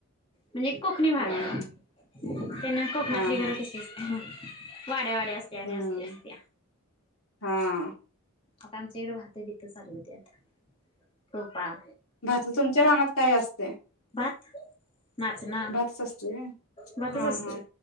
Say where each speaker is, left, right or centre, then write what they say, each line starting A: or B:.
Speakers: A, on the left; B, on the left.
A: म्हणजे कोकणी भाग
B: हा
A: आहे
B: हा
A: ओ त्याने कोकणातली
B: हा हा
A: घरं कशी? वाड्या वाड्या असल्यावानी
B: हम्म
A: वस्ती असत्या.
B: हा
A: आता आमच्या इथं भात बितं चालू होतात टोपा
B: भात तुमच्या रानात काय असतंय?
A: भात नाचणा
B: भातच असते होय
A: भातच
B: हा
A: असतोय
B: हा